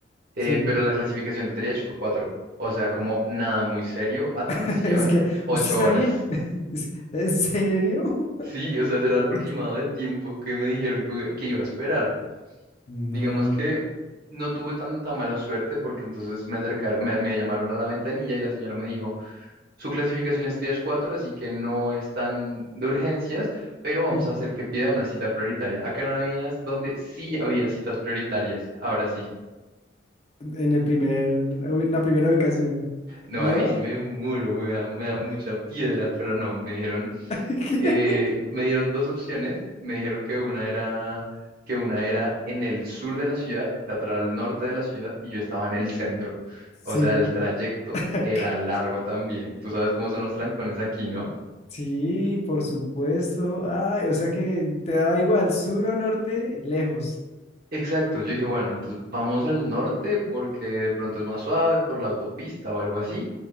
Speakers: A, on the right; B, on the left.
A: eh,
B: sí.
A: pero la clasificación de triage fue cuatro. O sea, como nada muy serio, atención,
B: <laughs> Es que
A: ocho
B: usted está
A: horas.
B: bien. <laughs> Es- ¿En serio?
A: Sí,
B: <laughs> De
A: o sea, es el
B: por
A: aproximado de tiempo que me dijeron que, voy- que iba a esperar.
B: No.
A: Digamos que no tuve tanta mala suerte porque entonces me acercaron, me me llamaron a la ventanilla y la señora me dijo Su clasificación es tres cuatro, así que no es tan de urgencias, pero vamos
B: Mm,
A: a hacer que pida una cita prioritaria. Acá no adivinas donde sí había citas prioritarias. Ahora sí.
B: En el primer, en la primera ubicación,
A: No,
B: ¿no?
A: ahí sí me muero, me da, me da mucha piedra, pero no, me dijeron,
B: <laughs>
A: eh, me dieron dos opciones. Me dijeron que una era, que una era en el sur de la ciudad, la otra al norte de la ciudad, y yo estaba en el centro.
B: Sí.
A: O sea, el trayecto
B: <laughs>
A: era largo también. Tú sabes cómo son los trancones aquí, ¿no?
B: Sí, por supuesto. Ay, o sea que te daba igual sur o norte, lejos.
A: Exacto, yo dije, bueno, entonces vamos al norte porque de pronto es más suave por la autopista o algo así.